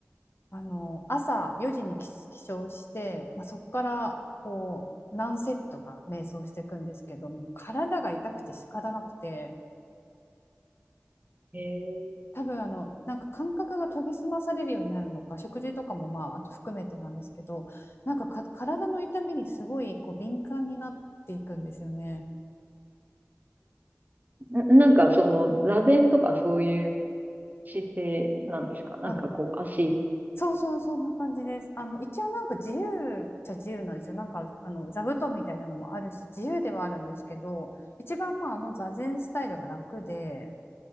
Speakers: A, on the left; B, on the right.
A: あの、朝4時に起起床して、まあ、そこから、こう、何セットか瞑想していくんですけども、体が痛くて仕方なくて、
B: ええ
A: う多分あのなんか感覚が研ぎ澄まされるようになるのか食事とかもまああと含めてなんですけどなんかか体の痛みにすごいこう敏感になっていくんですよね。
B: な、なんかその、座禅とかそういう姿勢なんですかなんかこう、
A: あ
B: 足。
A: そうそうそんな感じです。あの一応なんか自由っちゃ自由なんですよ。なんかあの座布団みたいなのもあるし自由ではあるんですけど一番まああの座禅スタイルが楽で